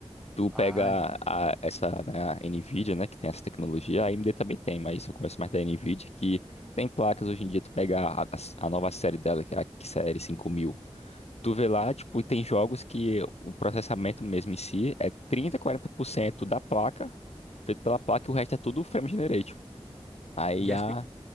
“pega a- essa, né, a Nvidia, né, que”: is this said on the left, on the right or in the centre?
Left